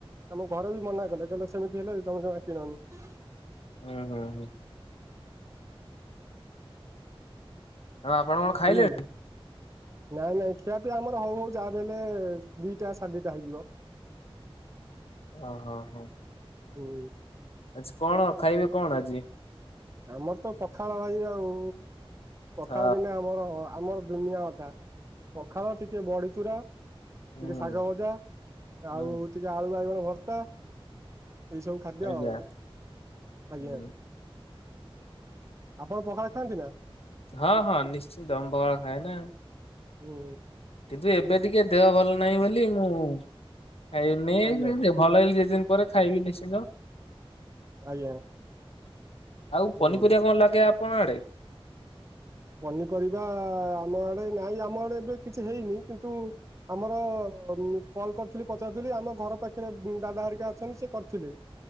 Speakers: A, on the right; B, on the left.
A: ଆମ ଘରେ ବି ମନା କଲେ କହିଲେ ସେମିତି ହେଲେ ଜମି ଜମା କିଣନି।
B: ଉଁ ହୁଁ। ଆଉ ଆପଣ କଣ ଖାଇଲେଣି?
A: ବୁଝିଲେ। ନାଇଁ ନାଇଁ ଖିଆ ପିଆ ଆମର ହଉ ହଉ ଯାହା ବିହେଲେ ଦିଟା ସାଢ ଦିଟା ହେଇଯିବ। <unintelligible>
B: ଓହୋଃ ହଁ ହଁ।
A: ହୁଁ।
B: ଆଜି କଣ ଖାଇବେ କଣ ଆଜି?
A: ଆମର ତ ପଖାଳ ଭାଇ ଆଉ। ପଖାଳ
B: ହ
A: ବିନା ଆମର ଆମର ଦୁନିଆ ଅଧା। ପଖାଳ ଟିକେ ବଡ଼ିଚୁରା ଟିକେ
B: ହୁଁ
A: ଶାଗ ଭଜା
B: ହୁଁ
A: ଆଉ ଟିକେ ଆଳୁ ବାଇଗଣ ଭର୍ତ୍ତା ଏଇ ସବୁ ଖାଦ୍ୟ
B: ଆଜ୍ଞା
A: ଆଉ
B: ହୁଁ
A: ଆଜ୍ଞା। ଆପଣ ପଖାଳ ଖାଆନ୍ତି ନା?
B: ହଁ ହଁ ନିଶ୍ଚିତ ପଖାଳ ଖାଏ ନା।
A: ହୁଁ।
B: କିନ୍ତୁ ଏବେ ଟିକେ ଦେହ ଭଲ ନାହିଁ ବୋଲି ମୁଁ ଖାଇନି। <unintelligible>
A: ଆଜ୍ଞା
B: ଭଲ ହେଇଗଲେ ଦି ଦିନ ପରେ ଖାଇବି ନିଶ୍ଚିନ୍ତ।
A: ଆଜ୍ଞା
B: ଆଉ
A: ହୁଁ
B: ପନିପରିବା କଣ ଲାଗେ ଆପଣଙ୍କ ଆଡେ?
A: ପନିପରିବା ଆମ ଆଡ଼େ ନାଇଁ ଆମ ଆଡ଼େ ଏବେ କିଛି ହେଇନି। କିନ୍ତୁ ଆମର କଲ କରିଥିଲି ପଚାରୁଥିଲି ଆମ ଘର ପାଖରେ ଦାଦା ହେରିକା ଅଛନ୍ତି ସେ କରିଥିଲେ।